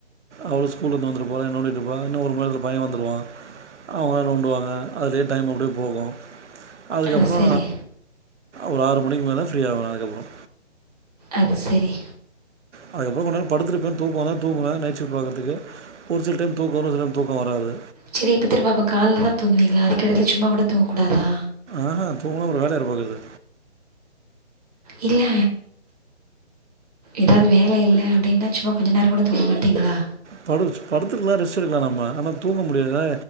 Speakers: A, on the right (about 80°); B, on the right (about 35°).
A: அவ்ளு ஸ்கூல்ல இருந்து வந்துட்டு போலே நோண்டிட்டுப்பா இன்னு ஒரு மண் நேரலத்துல என் பைய வந்துருவா அவ்ங்களா நோண்டுவாங்க அதே டைம் அப்டியே போகு அதுக்கப்பறோ
B: அது சரி
A: ஒரு ஆறு மணிக்குமேல ஃப்ரீயாவ நா அதுக்கப்பறோ
B: அது செரி
A: அதுக்கப்றோ கொண் நேரோ படுத்துருப்ப தூக்கவந்தா தூங்குவ நைட்ஷிஃப்ட்டு பாக்கறதுக்கு ஒரு சில டைம் தூக்கோ வரு ஒரு சிலடைம் தூக்கோ வராது
B: செரி எப்ப திரும்ப அப்போ காலதா தூங்குவீங்ளா அதுக்கெடைல சும்மா கூட தூங்கக்கூடாதா
A: ஆஹாம் தூங்கனா அப்றோ வேல யாரு பாக்கறது
B: இல்ல எதாது வேல இல்ல அப்டீன்னா சும்மா கொஞ்ச நேரங்கூட தூங்க மாட்டீங்களா
A: படு படுத்துத்திருக்லா ரெஸ்ட் எடுக்கலா நம்ப ஆனா தூங்க முடியாது